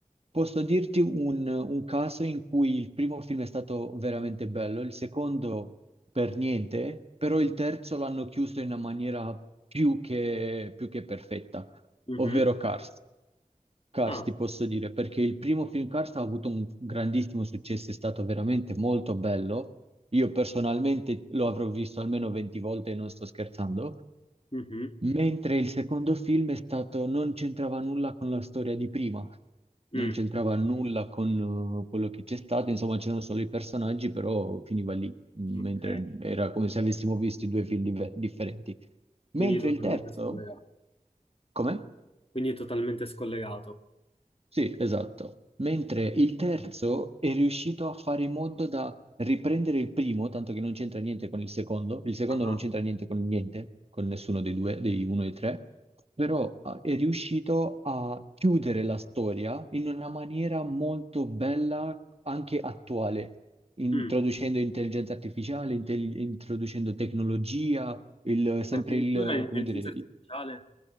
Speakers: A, on the right; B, on the left.
A: posso dirti un, un caso in cui il primo film è stato veramente bello, il secondo per niente, però il terzo l'hanno chiuso in una maniera più che, più che perfetta,
B: Mhm.
A: ovvero Cars. Cars,
B: Ah,
A: ti posso dire, perché il primo film Cars ha avuto un grandissimo successo, è stato veramente molto bello. Io personalmente lo avrò visto almeno 20 volte e non sto scherzando,
B: mhm.
A: mentre il secondo film è stato, non c'entrava nulla con la storia di prima, non
B: Mm.
A: c'entrava nulla con eh, quello che c'è stato, insomma c'erano solo i personaggi, però finiva lì, mentre
B: Ok.
A: era come se avessimo visto due film diver- differenti. Mentre
B: Quindi totalmente
A: il terzo,
B: scollegato.
A: come?
B: Quindi totalmente scollegato.
A: Sì, esatto. Mentre il terzo è riuscito a fare in modo da riprendere il primo, tanto che non c'entra niente con il secondo. Il secondo
B: Ah.
A: non c'entra niente con niente, con nessuno dei due, dei uno e tre, però ah, è riuscito a chiudere la storia in una maniera molto bella, anche attuale, introducendo
B: Mm.
A: intelligenza artificiale, intelli- introducendo tecnologia, il- sempre
B: Addirittura
A: il,
B: l'intelligenza
A: come dire,
B: artificiale.